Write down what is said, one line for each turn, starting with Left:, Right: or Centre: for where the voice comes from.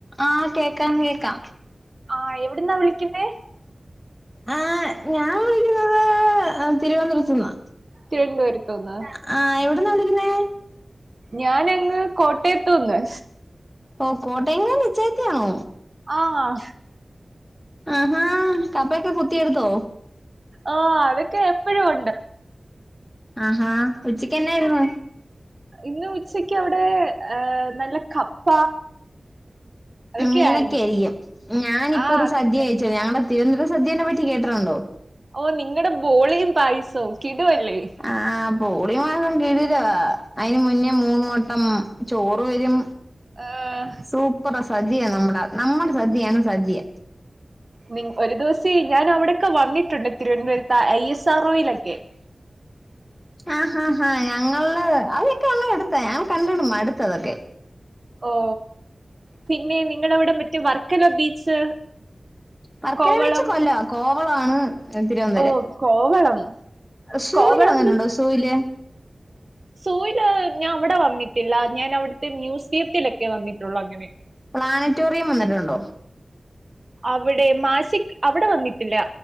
Centre: ആഹ് കേക്കാം കേക്കാം
Right: ആ് എവടുന്നാ വിളിക്കുന്നേ
Centre: ആ ഞാൻ വിളിക്കുന്നത് തിരുവന്തപുരത്ത്ന്നാ
Right: തിരുവനന്തപുരത്തുനിന്ന്
Centre: ആ എവടന്നാ വിളിക്കുന്നേ
Right: ഞാനങ്ങ് കോട്ടയത്തുന്ന്
Centre: ഓ കോട്ടയംകാരി അച്ചായത്തിയാണോ
Right: ആഹ
Centre: ആഹാ കപ്പൊക്കെ കുത്തിയെടുത്തോ
Right: ആഹ് അതൊക്കെ എപ്പഴും ഉണ്ട്
Centre: ആഹാ ഉച്ചയ്ക്കെന്നായിരുന്നു
Right: ഇന്ന് ഉച്ചക്ക് അവിടെ ഏ നല്ല കപ്പ അതൊക്കെയായിരുന്നു
Centre: മീനൊക്കെ ആയിരിക്കും ഞാനിപ്പോ
Right: ആഹ്
Centre: ഒരു
Right: അതെ
Centre: സദ്യ
Right: അതെ
Centre: കഴിച്ചത് ഞങ്ങളുടെ തിരുവനന്തപരം സദ്യേനെ പറ്റി കേട്ടിട്ടുണ്ടോ
Right: ഓ നിങ്ങടെ ബോളിയും പായസവും കിടുവല്ലേ.
Centre: ആ ബോളി മാസം കിടിലവാ അതിന് മുന്നേ മൂന്ന് വട്ടം ചോറ് വരും.
Right: ആഹ
Centre: സൂപ്പറ സദ്യയനമ്മടെ നമ്മുടെ സദ്യയാണ് സദ്യ
Right: നി ഒരു ദിവസേ ഞാൻ അവിടൊക്കെ വന്നിട്ടുണ്ട് തിരുവനന്തപുരത്ത്
Centre: <inaudible>
Right: ഐ എസ് ആർ ഒയിലൊക്കെ
Centre: ആ ഹാ ഹാ ഞങ്ങള് അതൊക്കെയ ഞങ്ങളെടുത്തേ ഞങ്ങൾ കണ്ടുകണ്ട് മടുത്ത് അതൊക്കെ
Right: ഓ പിന്നെ നിങ്ങളവിടെ മറ്റേ വർക്കലോ ബീച്ച്
Centre: വർക്കല
Right: കോവളം
Centre: ബീച്ച് കൊല്ലവാ കോവളാണ് തിരുവനന്തപുരം
Right: ഓ കോവളം
Centre: സൂല്
Right: കോവളം
Centre: വന്നിട്ടുണ്ടോ സൂല്
Right: സുയില് ഞാൻ അവിടെ വന്നിട്ടില്ല ഞാൻ അവിടുത്തെ മ്യൂസിയത്തിലൊക്കെ വന്നിട്ടുള്ളു അങ്ങനെ
Centre: പ്ലാനറ്റോറിയം വന്നിട്ടുണ്ടോ
Right: അവിടെ മാഴ്സിക്ക് അവിടെ വന്നിട്ടില്ല